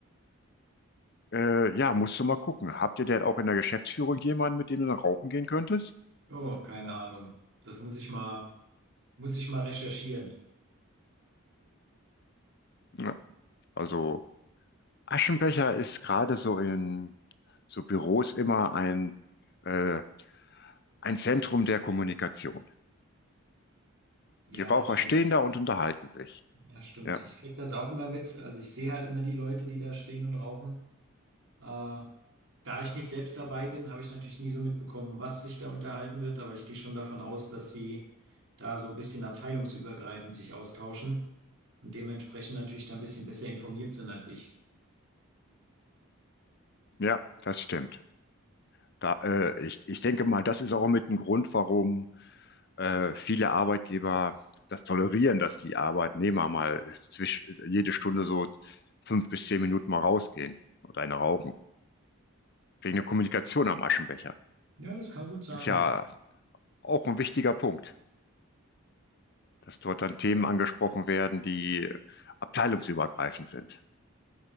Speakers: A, on the left; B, on the right.
A: äh, ja, musst du mal gucken. Habt ihr denn auch in der Geschäftsführung jemanden, mit dem du dann rauchen gehen könntest?
B: Oh, keine Ahnung. Das muss ich mal, muss ich mal recherchieren.
A: Ja, also Aschenbecher ist gerade so in so Büros immer ein, äh, ein Zentrum der Kommunikation.
B: Ja,
A: Die Raucher
B: das stimmt.
A: stehen da und unterhalten sich.
B: Ja, stimmt.
A: Ja,
B: Ich kriege das auch immer mit. Also ich sehe halt immer die Leute, die da stehen und rauchen. Äh, da ich nicht selbst dabei bin, habe ich natürlich nie so mitbekommen, was sich da unterhalten wird, aber ich gehe schon davon aus, dass sie da so ein bisschen abteilungsübergreifend sich austauschen und dementsprechend natürlich da ein bisschen besser informiert sind als ich.
A: ja, das stimmt. Da, äh, ich, ich denke mal, das ist auch mit ein Grund, warum äh, viele Arbeitgeber das tolerieren, dass die Arbeitnehmer mal zwisch, jede Stunde so fünf bis zehn Minuten mal rausgehen und eine rauchen. Wegen der Kommunikation am Aschenbecher.
B: Ja, das kann gut sein,
A: Das ist ja
B: ja.
A: auch ein wichtiger Punkt, dass dort dann Themen angesprochen werden, die abteilungsübergreifend sind.